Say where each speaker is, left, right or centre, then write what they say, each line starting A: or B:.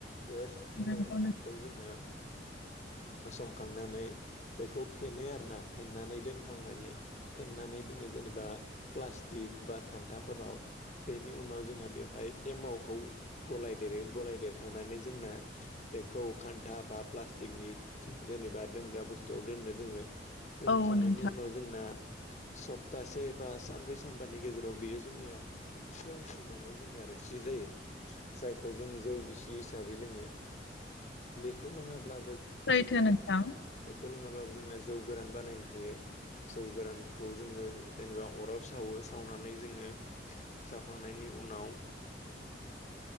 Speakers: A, on the left; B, on the left.
A: बे संखांनाय
B: नंगौ
A: ओंखामखौ
B: नों
A: जोङो संखांनानै बेखौ फेनो आरोना। फेनानै दोनखांनानै फेनानै दोनो जेनेबा प्लास्टिक बा खान्थाफोराव बेनि उनाव जोंहा बेवहाय एमावखौ गलायदेरो गलाय देरखांनानै जोंना बेखौ खान्था बा प्लास्टिकनि जेनेबा दोंग्रा बुस्थु आव दोननो जोङो दोनखांनायनि
B: औ नोंथां
A: उनाव जोंना सप्तासे बा सानब्रै सानबानि गेजेराव बियो जोंनिया खाथियाव <unintelligible> जोंहा रोसि जायो जायखौ जों जौगिसि हिसाबै लोङो। बेखौ लोङाब्ला
B: सैथो नोंथां
A: बेखौ लोङाब्लाबो जोंना जौ गोरान बानायनो हायो जौ गोरानखौ जोङो जेनेबा अराव सावो सावनानै जोङो सावखांनायनि उनाव।